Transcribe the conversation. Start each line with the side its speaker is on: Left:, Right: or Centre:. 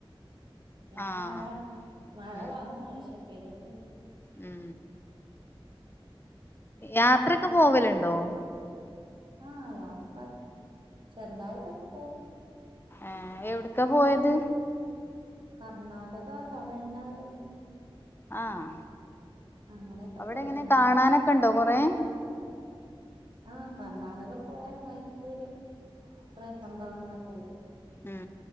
Right: പിന്നെ
Left: ആഹ്
Right: മഴ മഴ
Left: ഉം
Right: വന്നു പക്ഷെ പെയ്തിട്ടില്ല
Left: ഉം യാത്രക്ക പോവലുണ്ടോ
Right: ആ യാത്ര ചെറുതായിട്ടൊക്കെ പോവും
Left: ആ എവിട്ക്കാ പോയത്
Right: കർണാടക തമിഴ്നാട്
Left: ആഹ്
Right: അങ്ങനെയൊക്കെ
Left: അവിടെ
Right: പോയിട്ടുണ്ടാവും
Left: എങ്ങനെ കാണാനൊക്കെ ണ്ടോ കൊറെ
Right: ആഹ് കർണാടക പോയാൽ മൈസൂര് കൊറേ സബവങ്ങളൊക്കെ ഇല്ലേ
Left: ഉം